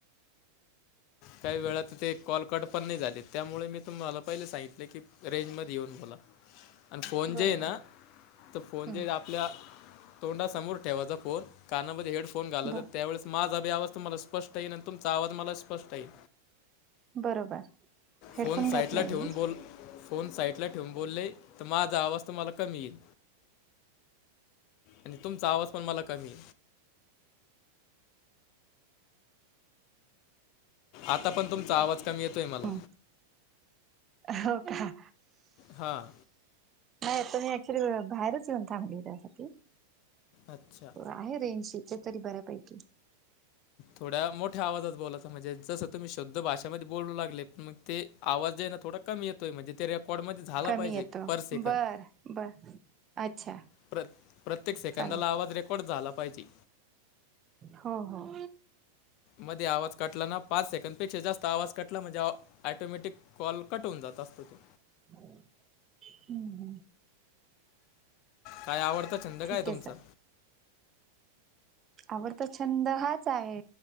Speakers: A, on the left; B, on the right.
A: काही वेळात ते कॉलकट पण नाही झाले त्यामुळे मी तुम्हाला पहिले सांगितले की रेंज मध्ये येऊन बोला. आणि फोन
B: बरोबर
A: जे आहे ना तर फोन
B: हम्म
A: जे आपल्या तोंडासमोर ठेवायचा फोन कानामध्ये हेडफोन घालाचा
B: ब
A: त्यावेळेस माझा अभी आवाज तुम्हाला स्पष्ट येईल आणि तुमचा आवाज मला स्पष्ट येईल.
B: बरोबर हेडफोन
A: फोन
B: घातलाय
A: साईटला
B: मी
A: ठेवून बोल फोन साईट ला ठेवून बोलले तर माझा आवाज तुम्हाला कमी येईल. आणि तुमचा आवाज पण मला कमी आता पण तुमचा आवाज कमी येतोय मला.
B: हम्म, हो का.
A: हां.
B: नाही तो मी ऍक्च्युली बाहेरच येऊन थांबली त्यासाठी
A: अच्छा
B: आहे रेंजशी इथे तरी बऱ्यापैकी.
A: थोड्या मोठ्या आवाजात बोलायच म्हणजे जसं तुम्ही शुद्ध भाषेमध्ये बोलू लागले पण मग ते आवाजजे आहेना थोडा कमी येतोय म्हणजे ते रॅप रेकॉर्ड मध्ये झाला
B: कमी
A: पाहिजे
B: येतो
A: पर सेकंद.
B: बर बर अच्छा.
A: प्र प्रत्येक सेकंदाला
B: चालेल
A: आवाज रेकॉर्ड झाला पाहिजे.
B: हो हो.
A: मध्ये आवाज काटला ना पाच सेकंड पेक्षा जास्त आवाज काटला म्हणजे. ॲटोमॅटिक कॉल कट होवुन जात असतो ते.
B: हम्म हम्म.
A: ताई आवडता छंद
B: ठीक
A: काय
B: आहे
A: तुमचा?
B: सर आवडता छंद हाच आहे.